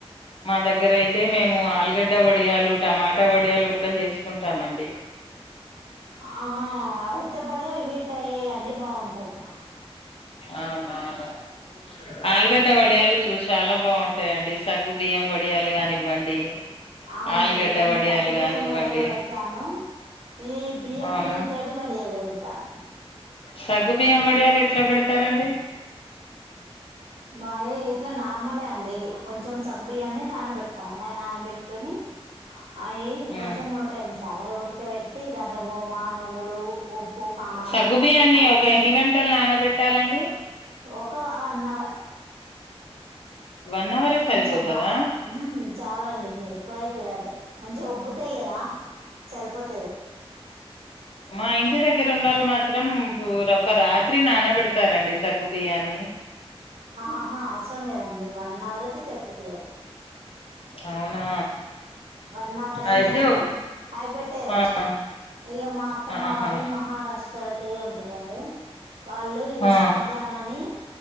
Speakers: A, on the left; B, on the right.
A: మా దగ్గర అయితే మేము ఆలుగడ్డ వడియాలు టమాటా వడియాలు కూడా చేసుకుంటామండి
B: ఆ వాటితో పాటుగా ఇవి ట్రై చేయండి బాగుంటయి
A: అవునవును ఆలుగడ్డ వడియాలు చూ చాలా బాగుంటాయండి సగ్గు బియ్యం వడియాలు కానివ్వండి
B: అవునండి
A: ఆలుగడ్డ
B: నేను
A: వడియాలు
B: సగ్గు బియ్యం
A: కానివ్వండి
B: వడియాలు పెడతాను ఈ బియ్యప్పిండి
A: అవునా
B: తోటి వడియాలు పెడతాను
A: సగ్గు బియ్యం వడియాలు ఎట్ల పెడతారండి
B: బాగా ఇట్ల నార్మల్ లే అండి కొంచెం సగ్గు బియ్యాన్ని నానబెట్టుకోవాలే నానబెట్టుకొని అవి
A: ఉమ్
B: కొంచెం ఉడకయించాలి ఉడకబెట్టి దాంట్లో ఓమా నువ్వులు ఉప్పు కామన్
A: సగ్గుబియ్యాన్ని
B: అవన్నీ
A: ఒక ఎన్ని గంటలు పెట్టాలండి
B: ఒక వన్ అవర్
A: వన్ అవరే సరిపోతదా
B: మంచిగ బాగా ఉమ్ చాలండి ఎక్కువ అవుతది అదే మంచిగ ఉబ్బుతయి కదా సరిపోత
A: మా ఇంటి దగ్గర ఉన్నోళ్లు మా త్రం ఒక రాత్రి నానబెడతారండి సగ్గు బియ్యాన్ని
B: ఆహాహ అవసరం లేదండి వన్ అవర్ అయితే సరిపోతది అది
A: అవునా
B: వన్ అవర్ అయిందనుకో
A: అయితే ఒ
B: అవి పెట్టేయచ్చు
A: ఆ
B: ఇగ మా అత్తమ్మ
A: ఆహా
B: వాళ్ళు మహారాష్ట్ర వైపు ఉంటరు కదండి వాళ్ళు ఇట్ల
A: ఆ
B: షాబ్దాన అని